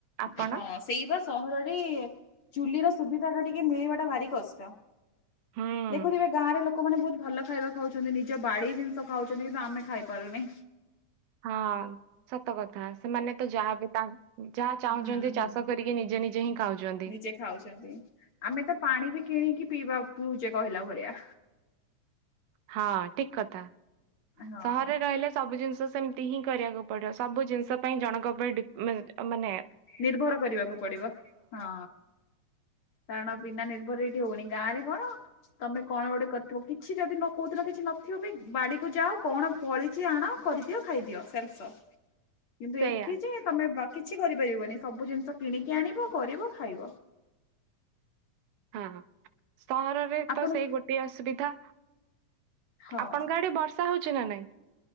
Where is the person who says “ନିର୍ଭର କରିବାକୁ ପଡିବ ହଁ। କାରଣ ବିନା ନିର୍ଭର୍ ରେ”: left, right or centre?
Left